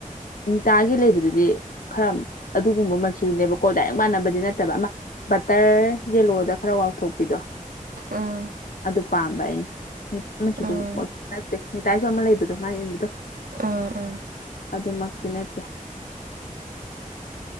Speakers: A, on the left (about 80°); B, on the right (about 90°).
A: ꯅꯤꯇꯥꯒꯤ ꯂꯩꯕꯗꯨꯗꯤ ꯈꯔ ꯑꯗꯨꯒꯨꯝꯕ ꯃꯆꯨꯅꯦꯕꯀꯣ ꯗꯥꯏꯔꯦꯛ ꯃꯥꯟꯅꯕꯗꯤ ꯅꯠꯇꯕ ꯑꯃ ꯕꯇ꯭ꯔ ꯌꯦꯂꯣꯗ ꯈꯔ ꯋꯥꯎꯊꯣꯛꯄꯤꯗꯣ
B: ꯎꯝ
A: ꯑꯗꯨ ꯄꯥꯝꯕ ꯑꯩꯅ <unintelligible> ꯑꯗꯨꯝꯃꯛ
B: ꯎꯝ
A: ꯅꯠꯇꯦ ꯅꯤꯇꯥꯏꯁꯨ ꯑꯃ ꯂꯩꯕꯗꯣ ꯃꯥꯅ ꯏꯟꯕꯗꯣ
B: ꯎꯝ ꯎꯝ
A: ꯑꯗꯨꯃꯛꯇꯤ ꯅꯠꯇꯦ